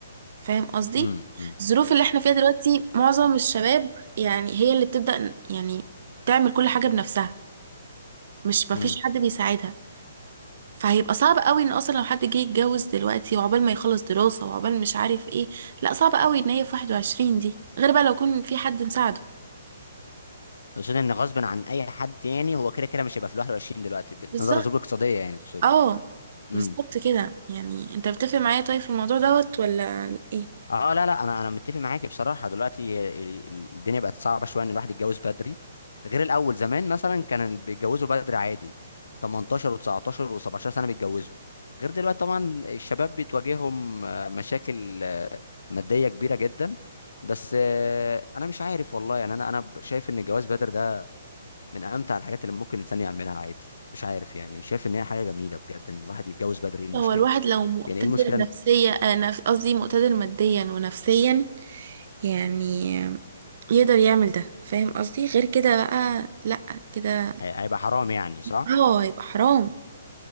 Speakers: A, on the right (about 55°); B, on the left (about 75°).
A: فاهم قصدي
B: امم امم
A: الظروف اللي احنا فيها دلوقتي معظم الشباب يعني هي اللي بتبدأ يعني تعمل كل حاجة بنفسها مش مفيش
B: امم
A: حد بيساعدها فهيبقى صعب قوي ان اصلا لو حد جه يتجوز دلوقتي وعقبال ما يخلص دراسة وعقبال مش عارف ايه لا صعب قوي ان هي في 21 دي غير بقى لو يكون في حد مساعده
B: اقصد ان غصب عن اي حد يعني هو كده كده مش هيبقى في ال 21 دلوقتي بالنظر
A: بالظبط
B: لظروف اقتصاديه يعني تقصد
A: اه بالظبط
B: امم
A: كده يعني انت بتتفق معايا طيب في الموضوع دوت ولا ايه
B: اه لا لا انا انا متفق معاك بصراحه دلوقتي ال- ال- الدنيا بقت صعبه شويه ان الواحد يتجوز بدري غير الاول زمان مثلا كان اللي بيتجوزوا بدري عادي 18 و19 و17 سنه بيتجوزوا غير دلوقتي طبعا الشباب بتواجههم آه، مشاكل آه، ماديه كبيره جدا بس آه، انا مش عارف والله يعني انا انا شايف ان الجواز بدري ده من امتع الحاجات اللي ممكن الانسان يعملها عادي مش عارف يعني شايف ان هي حاجه جميله بجد ان الواحد يتجوز بدري ايه المشكله
A: هو الواحد لو مقتدر
B: يعني ايه المشكله
A: نفسيا
B: إن-
A: آه، نف- قصدي مقتدر ماديا ونفسيا يعني يقدر يعمل ده فاهم قصدي غير كده بقى لا كده
B: هي- هيبقى حرام يعني صح
A: اه يبقى حرام